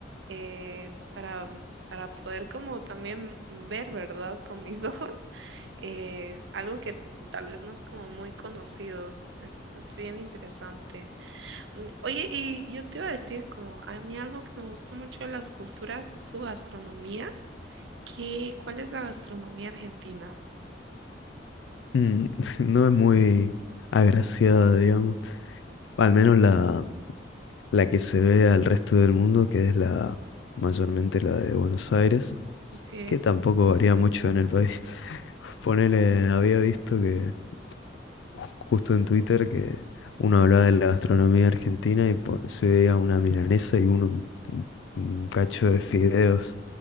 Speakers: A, on the right (about 75°); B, on the left (about 80°).
A: eh, para, para poder como también ver, ¿verdad? Con mis <laughs> ojos, eh, algo que tal vez no es como muy conocido. Es, es bien interesante. Mm, Oye, y yo te iba a decir como a mí algo que me gusta mucho de las culturas es su gastronomía. ¿Qué, cuál es la gastronomía argentina?
B: Mm, <laughs> No es muy agraciada, digamos. Al menos la, la que se ve al resto del mundo, que es la mayormente la de Buenos Aires.
A: Ok.
B: que tampoco varía mucho en el país. <laughs> Ponele, había visto que ju- justo en Twitter que uno hablaba de la gastronomía argentina y po- se veía una milanesa y uno un, un- un cacho de fideos,